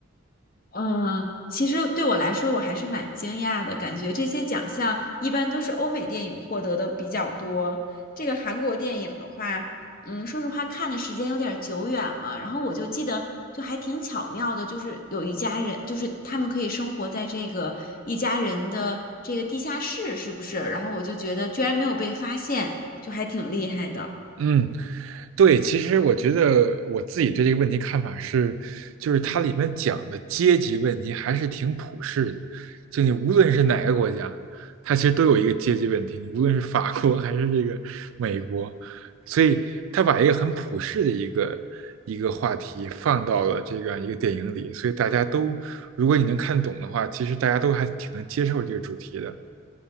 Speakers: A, on the left (about 45°); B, on the right (about 80°).
A: 嗯，其实对我来说，我还是蛮惊讶的，感觉这些奖项一般都是欧美电影获得的比较多。这个韩国电影的话，嗯，说实话看的时间有点儿久远了，然后我就记得就还挺巧妙的，就是有一家人，就是他们可以生活在这个一家人的这个地下室，是不是？然后我就觉得居然没有被发现，就还挺厉害的。
B: 嗯，对，其实我觉得我自己对这个问题看法是，就是它里面讲的阶级问题还是挺普世的，就你无论是哪个国家，它其实都有一个阶级问题，你无论是法国 <laughs> 还是这个美国，所以他把一个很普世的一个一个话题放到了这样一个电影里，所以大家都，如果你能看懂的话，其实大家都还挺能接受这个主题的。